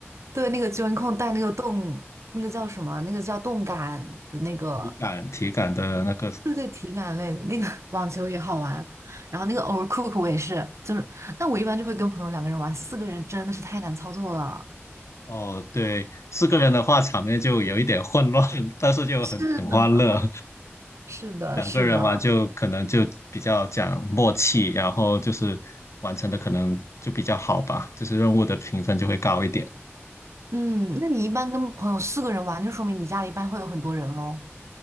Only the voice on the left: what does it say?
体感体感的那个
哦，对，四个人的话场面就有一点混乱，<laughs> 但是就很很欢乐。
两个人玩就可能就比较讲默契，
然后就是完成的可能就比较好吧，就是任务的评分就会高一点。